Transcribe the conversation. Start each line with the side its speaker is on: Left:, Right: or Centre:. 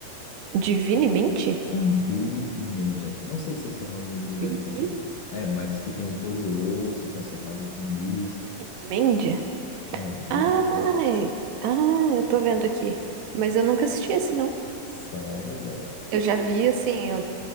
Right: Divinemente?
Left: Não, Billy e Mandy. Não sei se esse é o nome do desenho.
Right: Billy?
Left: É, mas que tem o puro osso, que é o cefado sinistro.
Right: Mendia?
Left: É, Billy
Right: Ai,
Left: Mandy.
Right: ah, eu tô vendo aqui. Mas eu nunca assisti esse, não.
Left: Sério, velho? Você
Right: Eu já
Left: tem.
Right: vi, assim, o,